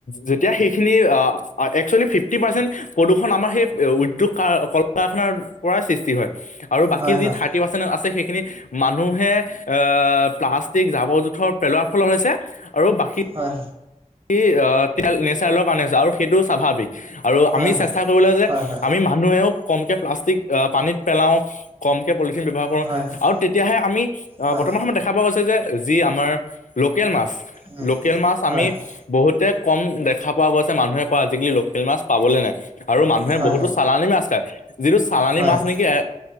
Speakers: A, on the left (about 70°); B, on the right (about 45°).
A: যে তিয়া সেইখিনি একচুৱেলি ফিফটি পাৰ্চেণ্ট প্ৰদূষণ আমাৰ সেই উ দ্যোগ কল কাৰখাৰ পৰাই সৃষ্টি হয় আৰু বাকী
B: হয়
A: যি
B: হয়
A: থাৰ্টি পাৰ্চেণ্ট আছে সেই খিনি মানুহে আ প্লাষ্টিক জাবৰ জোথৰ পেলোৱাৰ ফলত হৈছে আৰু বাকী
B: হয়
A: আ নেচাৰেলৰ কাৰণে হৈছে আৰু সেইটো স্বাভাৱিক আৰু
B: হয়
A: আমি
B: হয়
A: চেষ্টা কৰিব লাগে যে
B: হয় হয়
A: আমি মানুহেও কম কে প্লাষ্টিক পানীত পেলাও কমকে পলিথিন ব্যাৱহাৰ কৰোঁ
B: হয় হয় হয়
A: আৰু তেতিয়া হে আমি
B: হয়
A: বৰ্তমান সময়ত দেখা পোৱা গৈছে যে যি আমাৰ লোকেল মাছ
B: উম
A: লোকেল মাছ
B: হয়
A: আমি
B: হয়
A: বহুতে কম দেখা পোৱা গৈছে মানুহে কয় আজিকালি লোকেল মাছ পাবলৈ নাই আৰু মানুহে
B: হয়
A: বহুতো চালানি মাছ খায় যিটো চালানী
B: হয়
A: মাছ
B: হয়
A: নেকি